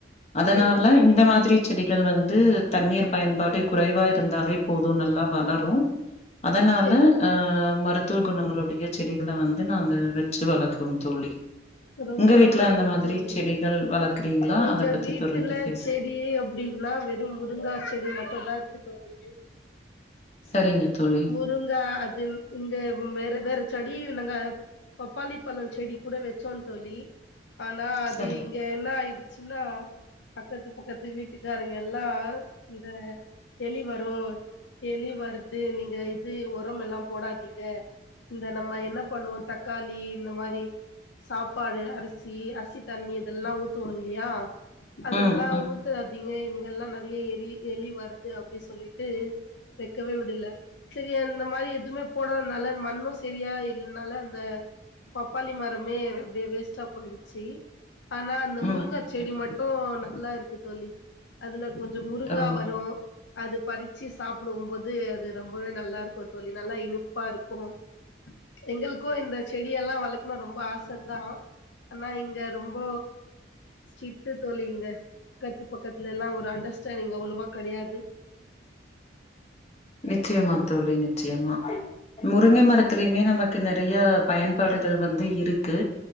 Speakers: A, on the left; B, on the left.
A: அதனால
B: செரி
A: இந்த மாதிரி செடிகள் வந்து தண்ணீர் பயன்பாடு குறைவா இருந்தாலே போது நல்லா வளரு அதனால
B: செரி
A: ஆ மரு த்துவ குணங்களுடைய செடிகள வந் து நாங்க வெச்சி வளக்கறோம் தோழி
B: ரொம்ப
A: உங்க வீட்ல
B: ரொம்ப நல்லது
A: அந்த மாதிரி
B: தோழி
A: செடிகள் வளக்குறீங்களா
B: எங்க
A: அத பத்தி
B: வீட்டுல
A: தொடர்ந்து பேசுங்க
B: செடி அப்டின்னா வெறும் முருங்கா செடி மட்டுந்தா இருக்கு தோழி <inaudible>
A: சரிங்க தோழி
B: முருங்கா அது இங்க வேற வேற செடி நாங்க பப்பாளி பழம் செடி கூட வச் சோம் தோழி ஆனா அது
A: சரி
B: இங்க என்ன ஆயிடுச் சினார பக்கத்து பக்கத்து வீட்டுக்காரங்க எல்லாம் இந்த எலி வரும் எலி வருது நீங்க இது உரம் எல்லாம் போடாதீங்க இந்த நம்ம என்ன பண்ணுவோம் தக்காளி இந்த மாரி சாப்பாடு அரிசி அரிசி தண்ணி இதெல்லாம் ஊத்துவோம் இல்லையா அதுல்லாம்
A: ம் ம்
B: ஊத்த றிங்க இங்க எல்லாம் நறையா எறி எலி வருது அப்டி சொல்லிட்டு வக்கவே விடல சரி அந்த மாரி எதுமே போடாதுனால மண்ணும் செரியா இல்னால அந்த பப்பாளி மர மே அப்டே வேஸ்ட்டா போயிடுச்சி ஆனா அந்த
A: ம்
B: முருங்கா செடி
A: ம்
B: மட்டும் நல்லா இருக் கு தோழி அதுல கொஞ்சம் முருங்கா
A: ஓ
B: வரும் அது பறிச்சி சாப்படவுபோது அது ரொம்பவே நல்லா இருக்கும் தோழி நல்லா இனிப்பா இருக்கும் எங்களுக்கும் இந்த செடி எல்லா வளக்கணும் ரொம் ப ஆச தான் ஆனா இங்க ரொம்ப ஸ்டிட்டு தோழி இங்க பக்கத்து பக்கத்துல எல்லாம் ஒரு அண்டர்ஸ்டேண்டிங் அவ்ளோவா கடையாது
A: நிச்சயமா தோழி நிச்சயமா முருங்க மரத்திலயுமே நமக்கு நறையா பயன்பாடுகள் வந்து இருக்கு